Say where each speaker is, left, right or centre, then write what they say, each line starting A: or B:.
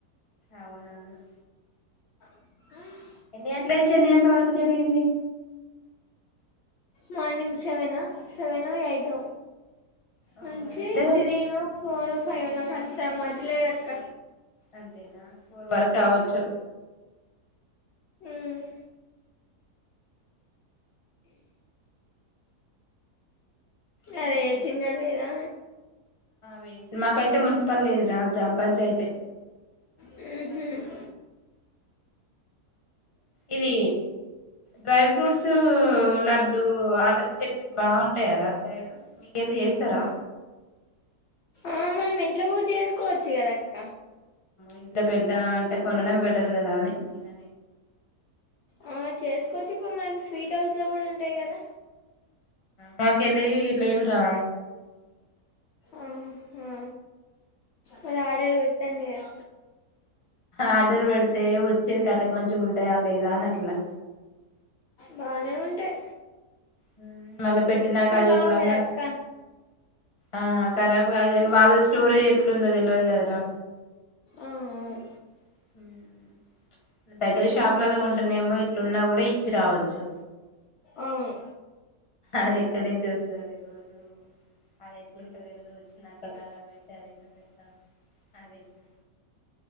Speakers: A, on the left (about 35°); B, on the left (about 85°).
A: అవునవును
B: ఉమ్
A: ఎన్ని గంటల నుంచి ఎన్ని గంటల వరకు జరిగింది
B: మార్నింగ్ సెవెను సెవెనో ఎయిటో
A: ఆ
B: నుంచి
A: ఎండ్
B: త్రీ ను ఫోరో ఫైవో నాకు అంత మదిలేదక్క
A: అంతేనా ఫోర్ వరకావచ్చు
B: మ్మ్
A: ఇది
B: అరే సింగలేనా
A: వేస్ మాకైతే మున్సిపల్ లేదురా గ్రామ పంచాయితే
B: మ్మ్ హ్మ్
A: ఇది డ్రై ఫ్రూట్సు లడ్డు ఆడతే బాగుంటాయార అటు సైడు మీకెళ్ళి చేస్తారా
B: ఆ మనం ఇంట్లో కూడా చేసుకోవచ్చు కదక్క
A: ఇంత పెద్ద అంటే కొనడం బెటర్ కదా అని మ్మ్
B: ఆ చేసుకోవచ్చు ఇప్పు మనకి స్వీట్ హౌస్ లో కూడా ఉంటాయి కదా
A: మాకెళ్ళి లేవురా
B: ఆ ఆ మరి ఆర్డర్ పెట్ ట్టండి గ
A: ఆర్డర్ పెడితే ఒచ్ చేతి ఖరబ్ మంచిగుంటయా లేదా అని అట్లా
B: బానే ఉంటయి
A: ఊ మళ్ళా పెట్టినాక అది
B: కావు
A: ఎట్లన్నా
B: కదా
A: వస్తే
B: అక్క
A: ఆ కరాబ్ కాదు గాని వాళ్ళ స్టోరేజ్ ఎట్లుందో తెలివదు కదరా
B: ఔ ఔ
A: <inaudible> దగ్గర షాప్ లల్లో కొంటేనేమో ఇట్లున్నా కూడా ఇచ్చి రావచ్చు
B: అవును
A: అది తడింజెస్ తే తెల్వదు అది ఎట్లుంటో తెలిదు వచ్చి నాక ఖరాబ్ అయితే అది ఇంకా పెద్ద అదైతు